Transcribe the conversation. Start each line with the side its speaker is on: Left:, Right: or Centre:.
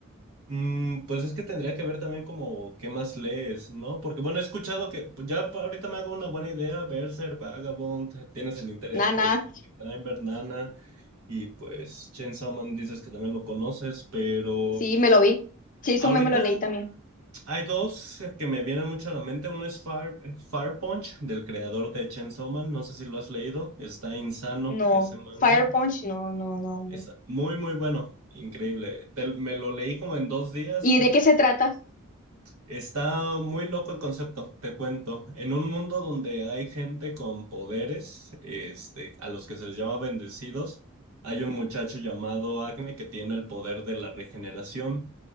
Right: Mm, pues es que tendría que ver también como qué más lees, ¿no? Porque bueno, he escuchado que pues, ya pa- ahorita me hago una buena idea, Berserk, Vagabond, tienes el interés
Left: Nana,
Right: por The Climber, Nana, y pues Chainsaw Man dices que también lo conoces, pero
Left: sí, me lo vi. Chainsaw
Right: ahorita
Left: Man me lo leí también.
Right: hay dos que me vienen mucho a la mente, uno es Fire, Fire Punch, del creador de Chainsaw Man, no sé si lo has leído, está insano
Left: No,
Right: ese manga,
Left: Fire Punch, no, no, no, no.
Right: está muy muy bueno, increíble, Te- me lo leí como en dos días,
Left: ¿Y de qué se trata?
Right: Está muy loco el concepto, te cuento. En un mundo donde hay gente con poderes, este, a los que se les llama bendecidos, hay un muchacho llamado Agne que tiene el poder de la regeneración